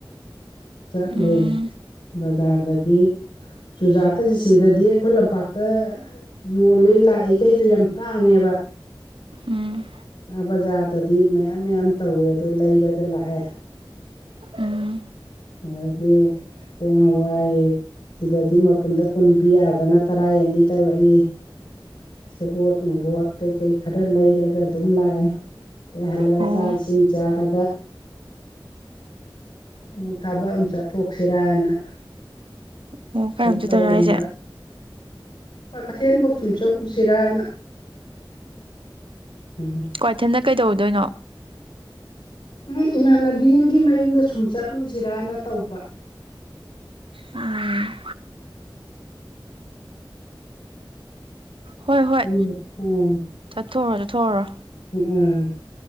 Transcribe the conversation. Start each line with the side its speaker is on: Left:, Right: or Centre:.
Left: ꯆꯠꯂꯦ
Right: ꯎꯝ
Left: ꯕꯖꯥꯔꯗꯒꯤ ꯆꯨꯖꯥꯛꯀꯁꯤ ꯁꯤꯗꯗꯤ ꯑꯩꯈꯣꯏ ꯂꯝꯄꯥꯛꯇ ꯌꯣꯜꯂꯤ ꯂꯥꯛꯏꯈꯩꯗꯣ ꯌꯥꯝ ꯇꯥꯡꯉꯦꯕ
Right: ꯎꯝ
Left: ꯕꯖꯥꯔꯗꯗꯤ ꯃꯌꯥꯝ ꯃꯌꯥꯝ ꯇꯧꯋꯦ ꯑꯗꯣ ꯂꯩꯔꯒ ꯂꯥꯛꯑꯦ
Right: ꯎꯝ
Left: ꯑꯗꯒꯤ ꯄꯣ ꯍꯋꯥꯏ ꯁꯤꯗꯗꯤ ꯃꯄꯨꯟꯗ ꯀꯨꯟ ꯄꯤ ꯑꯗꯅ ꯇꯔꯥ ꯑꯅꯤ ꯇꯧꯔꯛꯏ ꯁꯦꯕꯣꯠ ꯅꯨꯡꯕꯣꯠ ꯀꯩꯀꯩ ꯈꯔ ꯂꯩꯔꯒ ꯑꯗꯨꯝ ꯂꯥꯛꯑꯦ ꯇꯦꯍꯂ
Right: ꯑꯣ
Left: ꯁꯥꯁꯤ ꯆꯔꯒ ꯑꯃꯨꯛ ꯊꯥꯕꯛ ꯑꯃ ꯆꯠꯊꯣꯛꯁꯤꯔꯅ
Right: ꯑꯣ
Left: ꯁꯨꯝ
Right: ꯀꯔꯝ ꯆꯠꯇꯣꯏꯅꯣ
Left: ꯇꯧꯔꯝꯕ
Right: ꯍꯥꯏꯁꯦ
Left: ꯍꯣꯏ ꯀꯩꯊꯦꯜꯐꯧ ꯁꯨꯝꯁꯨ ꯎꯁꯤꯔꯅ ꯍꯝ ꯍꯝ
Right: ꯀ꯭ꯋꯥꯏꯊꯦꯟꯗ ꯀꯩꯗꯧꯗꯣꯏꯅꯣ
Left: ꯏ ꯏꯃꯥꯟꯅꯕꯤ ꯑꯃꯒꯤ ꯃꯌꯨꯝꯗ ꯁꯨꯝ ꯆꯠꯂꯨꯖꯤꯔꯥꯅ ꯇꯧꯕ
Right: ꯎꯝ ꯍꯣꯏ ꯍꯣꯏ
Left: ꯎꯝ ꯎꯝ
Right: ꯆꯠꯊꯣꯛꯎꯔꯣ ꯆꯠꯊꯣꯛꯎꯔꯣ
Left: ꯎꯝ